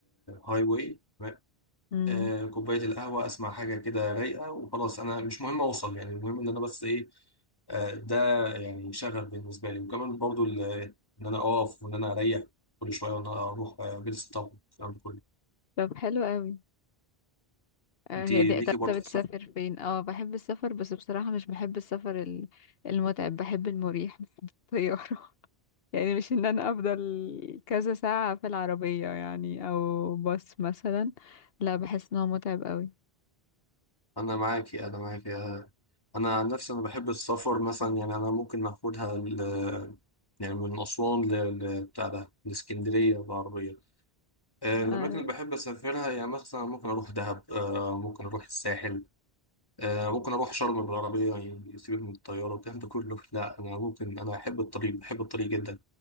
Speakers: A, on the left (about 20°); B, on the left (about 70°).
A: هاي واي
B: مم.
A: آه، كوباية القهوة أسمع حاجة كده رايقة وخلاص أنا مش مهم أوصل يعني المهم إن أنا بس إيه آه، ده يعني شغف بالنسبة لي وكمان برضو ال- إن أنا أقف وإن أنا أريح كل شوية وإن أنا أروح آه، جلسة طب الكلام ده كله
B: طب حلو قوي آه،
A: أنت
B: هي
A: ليكي
B: دي طب
A: برضه
B: انت بتسافر
A: في السفر؟
B: فين اه بحب السفر بس بصراحه مش بحب السفر ال- المتعب بحب المريح <laughs> بس بالطياره يعني مش ان انا افضل كذا ساعة في العربية يعني او باص مثلا لا بحس ان هو متعب قوي
A: أنا معاكي أنا معاكي آه، أنا عن نفسي أنا بحب السفر مثلا يعني أنا ممكن آخدها ل- يعني من أسوان ل- ل- بتاع ده لإسكندرية بالعربية آه، الأماكن
B: آه
A: اللي بحب أسافرها يعني مثلا ممكن أروح دهب آه، ممكن أروح الساحل آه، ممكن اروح شرم بالعربيه يعني يسيبك من الطياره والكلام ده كله لا انا ممكن انا احب الطريق بحب الطريق جدا